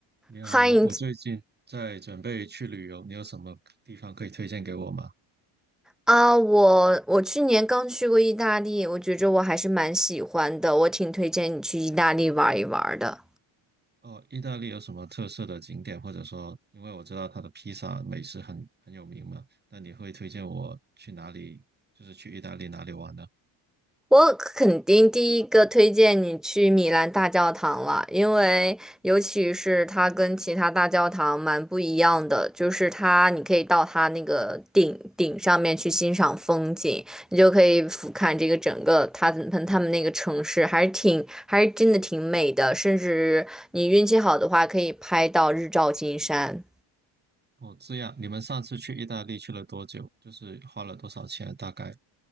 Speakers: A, on the right; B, in the centre.
A: 你好，
B: 欢迎
A: 我最近在准备去旅游，你有什么地方可以推荐给我吗？
B: 啊！我我去年刚去过意大利，我觉着我还是蛮喜欢的，我挺推荐你去意大利玩一玩的。
A: 哦，意大利有什么特色的景点，或者说，因为我知道它的披萨美食很很有名嘛，那你会推荐我去哪里？就是去意大利哪里玩呢？
B: 我肯定第一个推荐你去米兰大教堂了，因为尤其是它跟其他大教堂蛮不一样的，就是它你可以到它那个顶顶上面去欣赏风景，你就可以俯瞰这个整个它它他们那个城市，还是挺还是真的挺美的，甚至你运气好的话可以拍到日照金山。
A: 哦，这样，你们上次去意大利去了多久？就是花了多少钱？大概？